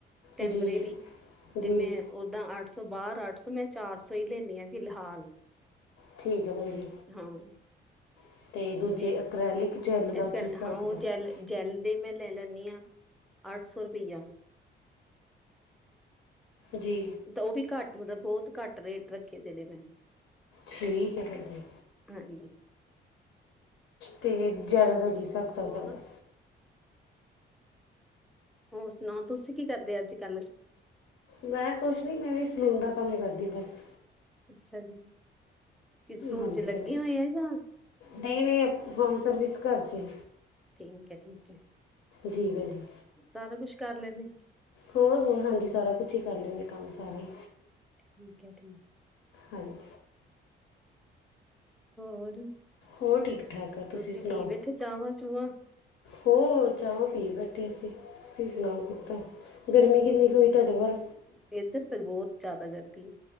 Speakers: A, in the centre; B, on the left (about 80°).
A: ਟੈਂਪਰੇਰੀ
B: ਜੀ
A: ਤੇ
B: ਜੀ
A: ਮੈਂ ਓਦਾਂ ਅੱਠ ਸੌ ਬਾਰ ਅੱਠ ਸੌ ਮੈਂ ਚਾਰ ਸੌ ਈ ਲੈਨੀ ਆ ਫਿਲਹਾਲ।
B: ਠੀਕ ਐ ਬਾਈ ਜੀ।
A: ਹਾਂ
B: ਅਤੇ ਦੂਜੇ
A: ਜੀ
B: ਅਕ੍ਰੈਲਿਕ ਜੈੱਲ ਦਾ
A: ਇੱਕਰ
B: ਕੀ ਹਿਸਾਬ
A: ਹਾਂ
B: ਕਿਤਾਬ
A: ਓ ਜੈਲ ਜੈਲ ਦੇ ਮੈਂ ਲੈ ਲੈਂਨੀ ਆ ਅੱਠ ਸੌ ਰੁਪਈਆ।
B: ਜੀ।
A: ਦ ਓ ਵੀ ਘੱਟ ਮਤਲਬ ਬੋਤ ਘੱਟ ਰੇਟ ਰੱਖੇ ਦੇ ਨੇ ਮੈਂ।
B: ਠੀਕ ਐ ਭੈਣਜੀ।
A: ਹਾਂਜੀ।
B: ਤੇ ਜੈਲ ਦਾ ਕੀ ਹਿਸਾਬ ਕਿਤਾਬ
A: ਹੋਰ
B: ਚੱਲਦਾ।
A: ਹੋਰ ਸੁਣਾਓ ਤੁਸੀਂ ਕੀ ਕਰਦੇ ਅੱਜ ਕੱਲ?
B: ਮੈਂ ਕੁਛ ਨੀ ਮੈਂ ਵੀ ਸਲੂਨ ਦਾ ਕੰਮ ਹੀ ਕਰਦੀ ਬਸ।
A: ਅੱਛਾ ਜੀ। ਕਿਸ ਸਲੂਨ
B: ਹਾਂਜੀ
A: ਚ ਲੱਗੇ
B: ਭੈਣ ਜੀ,
A: ਹੋਏ ਆ ਜਾਂ
B: ਨਹੀਂ, ਨਹੀਂ ਹੋਮ ਸਰਵਿਸ ਘਰ ਚ ਹੀ।
A: ਠੀਕ ਏ, ਠੀਕ ਏ
B: ਜੀ ਭੈਣਜੀ।
A: ਸਾਰਾ ਕੁਛ ਕਰ ਲੈਨੇ
B: ਹੋਰ, ਹੋਰ ਹਾਂਜੀ ਸਾਰਾ ਕੁਛ ਹੀ ਕਰ ਲੈਂਨੀ ਆ ਕੰਮ ਸਾਰਾ ਈ।
A: ਠੀਕ ਹੈ ਠੀਕ।
B: ਹਾਂਜੀ।
A: ਹੋਰ,
B: ਹੋਰ ਠੀਕ ਠਾਕ ਆ
A: ਤੁਸੀਂ
B: ਸੁਣਾਓ
A: ਪੀ ਬੈਠੇ ਚਾਵਾਂ ਚੂਵਾਂ।
B: ਹੋਰ, ਚਾਵਾਂ ਪੀ ਬੈਠੇ ਅਸੀਂ ਤੁਸੀਂ ਸੁਣਾਓ ਕਿਦਾ ਗਰਮੀ ਕਿੰਨੀ
A: ਬਸ
B: ਕੁ ਹੋਈ ਤੁਹਾਡੇ ਵੱਲ?
A: ਇੱਧਰ ਤੇ ਬਹੁਤ ਜ਼ਿਆਦਾ ਗਰਮੀ ਆ।